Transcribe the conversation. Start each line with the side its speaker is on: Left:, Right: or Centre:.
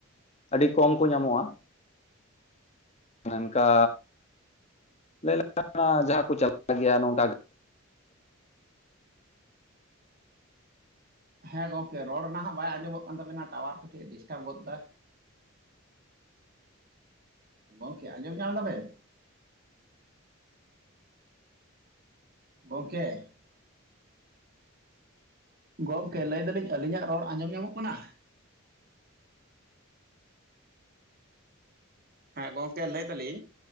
Left: ᱟᱹᱰᱤ ᱠᱚᱢ ᱠᱚ ᱧᱟᱢᱚᱜᱼᱟ ᱚᱱᱠᱟ ᱞᱟᱹᱭ ᱞᱮᱠᱷᱟᱱ ᱡᱟᱦᱟᱸ ᱠᱚ ᱪᱟᱞᱟᱜ ᱜᱮᱭᱟ ᱱᱚᱝᱠᱟ
Right: ᱦᱮᱸ ᱜᱚᱝᱠᱮ ᱨᱚᱲ ᱱᱟᱦᱟᱜ ᱵᱟᱭ ᱟᱸᱡᱚᱢᱚᱜ ᱠᱟᱱ ᱛᱟᱵᱮᱱᱟ ᱴᱟᱣᱟᱨ ᱠᱟᱹᱴᱤᱡ ᱰᱤᱥᱴᱟᱵ ᱜᱚᱫ ᱮᱫᱟ ᱜᱚᱝᱠᱮ ᱟᱸᱡᱚᱢ ᱧᱟᱢ ᱫᱟᱵᱮᱱ ᱜᱚᱝᱠᱮ ᱜᱚᱢᱠᱮ ᱞᱟᱹᱭ ᱫᱟᱞᱤᱧ ᱟᱹᱞᱤᱧᱟᱜ ᱨᱚᱲ ᱟᱸᱡᱚᱢ ᱧᱟᱢᱚᱜ ᱠᱟᱱᱟ᱾ ᱦᱮᱸ ᱜᱚᱢᱠᱮ ᱞᱟᱹᱭ ᱫᱟᱞᱤᱧ